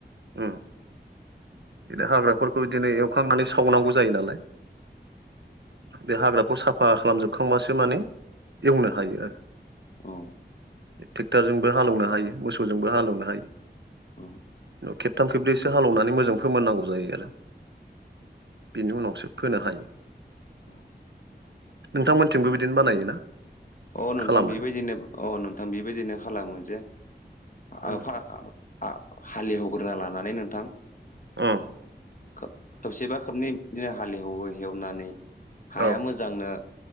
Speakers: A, on the right (about 80°); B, on the left (about 45°).
A: उम बिनो हाग्राफोरखौ बिदिनो एवखांनानै सावनांगौ जायो नालाय। बे हाग्राखौ साफा खालामजोबखांबासो माने एवनो हायो आरो।
B: औ।
A: ट्रेक्टरजोंबो हालेवनो हायो मोसौजोंबो हालेवनो हायो।
B: औ।
A: खेबथाम खेबन्रैसो हालेवनानै मोजां फोमोननांगौ जायो आरो बेनि उनावसो फोनो हायो।
B: औ
A: नोंथां मोननिथिंबो बिदिनो बानायोना?
B: औ नोंथां
A: खालामो
B: बेबायदिनो औ नोंथां बेबायदिनो खालामो जे
A: उम
B: आफा आं हालेवग्रोना लानानै नोंथां।
A: उम।
B: खोब खोबसेबा बिदिनो हालेवै एवनानै हाया
A: औ
B: मोजांनो